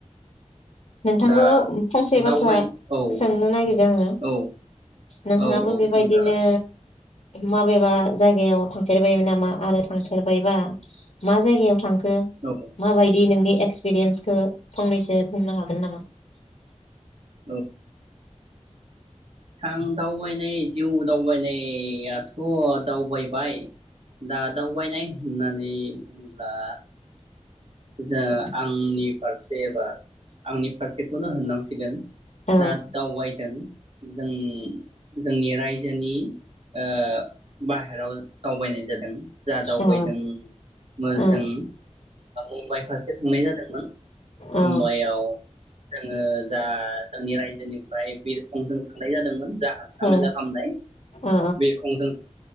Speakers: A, on the left; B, on the right.
A: नोंथांखौ
B: दा
A: फंसे बाथ्रा
B: दावबाय औ
A: सोंनो नागिरदों आङो
B: औ
A: नोंथाङाबो
B: औ औ
A: बेबायदिनो
B: सोंजागोन
A: माबेबा जायगायाव थांफेरबायमोन नामा आरो थांफेरबायबा मा जायगायाव थांख
B: औ
A: <unintelligible> माबायदि नोंनि एक्सपिरियेन्सखौ फंनैसो बुंनो हाग <unintelligible> नामा? <inaudible> <inaudible>
B: औ थां दावबायनाय दिउ दाव दावबायनायाथ दावबायबाय दा दावबायनाय होननानै बुंब्ला जा आंनि फारसे एबा आंनि फारसेखौनो होननांसिगोन
A: औ
B: दा दावबायदों जों जोंनि रायजोनि ओ बाहेराव दावबायनाय जादों। जा दावबायदों
A: औ
B: मोजों
A: ओ
B: ओ मुम्बाइ फारसे थांनाय जादोंमोन
A: औ
B: मुम्बाइआव जोङो जा <unintelligible> राय जोनिफ्राय बिरखंजों थांनाय जादोंमोन। जा हान्था
A: औ ओ
B: मेला खालामनाय
A: ओ
B: बिरखंजों